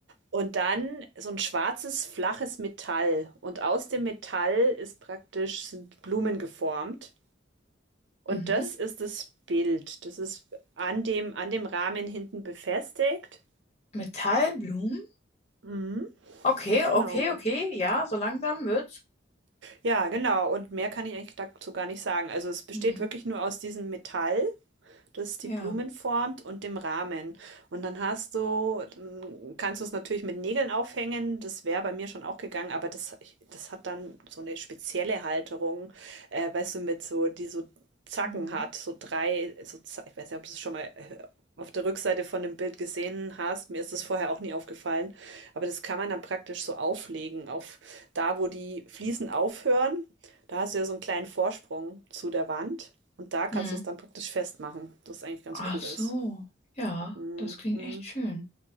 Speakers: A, on the right; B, on the left.
A: Und dann so ein schwarzes, flaches Metall. Und aus dem Metall ist praktisch sind Blumen geformt. Und
B: Mhm.
A: das ist das Bild. Das ist an dem, an dem Rahmen hinten befestigt.
B: Metallblumen?
A: Mhm,
B: Okay,
A: genau.
B: okay, okay. Ja, so langsam wird's.
A: Ja, genau. Und mehr kann ich eigentlich dazu gar nicht sagen. Also es besteht
B: Mhm.
A: wirklich nur aus diesem Metall. das die
B: Ja.
A: Blumen formt und dem Rahmen. Und dann hast du, dann kannst du es natürlich mit Nägeln aufhängen. Das wäre bei mir schon auch gegangen, aber das, das hat dann so eine spezielle Halterung, äh, weißt du, mit so, die so Zacken
B: Mhm.
A: hat, so drei, so, Z- ich weiß nicht, ob du es schon mal äh, auf der Rückseite von dem Bild gesehen hast. Mir ist das vorher auch nie aufgefallen. Aber das kann man dann praktisch so auflegen, auf da, wo die Fliesen aufhören da hast du ja so einen kleinen Vorsprung zu der Wand und da kannst
B: Mhm.
A: du es dann praktisch festmachen, das ist eigentlich ganz
B: Ach
A: cool
B: so.
A: ist.
B: Ja,
A: Mhm,
B: das klingt
A: mhm.
B: echt schön.